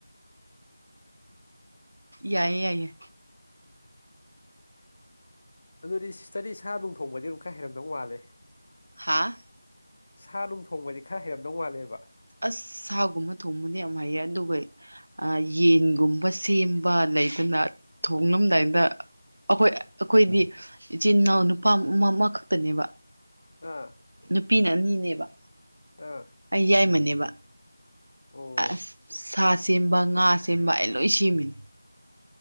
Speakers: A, on the right (about 55°); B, on the left (about 25°).
A: ꯌꯥꯏꯌꯦꯦ ꯌꯥꯏꯌꯦ
B: ꯑꯗꯨꯗꯤ ꯁꯤꯁꯇꯔꯗꯤ ꯁꯥ ꯅꯨꯡꯊꯣꯡꯕꯗꯤ ꯑꯃꯝ ꯈꯔ ꯍꯩꯔꯝꯗꯧ ꯃꯥꯜꯂꯦ
A: ꯍꯥꯥ
B: ꯁꯥ ꯅꯨꯡ ꯊꯣꯡꯕꯗꯤ ꯈꯔ ꯍꯩꯔꯝꯗꯧ ꯃꯥꯜꯂꯦꯕ
A: ꯑꯁ ꯁꯥꯒꯨꯝꯕ ꯊꯣꯡꯕꯅꯦ ꯌꯥꯝ ꯍꯥꯏꯌꯦ ꯑꯗꯨꯒ ꯌꯦꯟꯒꯨꯝꯕ ꯁꯦꯝꯕ ꯂꯩꯗꯅ ꯊꯣꯡꯡꯂꯝꯗꯥꯏꯗ ꯑꯩꯈꯣꯏ ꯑꯩꯈꯣꯏꯗꯤ ꯏꯆꯤꯟ ꯏꯅꯥꯎ ꯅꯨꯄꯥ ꯑꯃꯈꯛꯇꯅꯦꯕ
B: ꯑꯥ
A: ꯅꯨꯄꯤꯅ ꯑꯅꯤꯅꯦꯕ
B: ꯑꯥ
A: ꯑꯩ ꯌꯥꯏꯃꯅꯦꯕ
B: ꯑꯣ
A: ꯑ ꯁꯥꯠ ꯑ ꯁꯦꯝꯕ ꯉꯥ ꯑ ꯁꯦꯝꯕ ꯑꯩ ꯂꯣꯏ ꯁꯦꯝꯃꯤꯅꯤ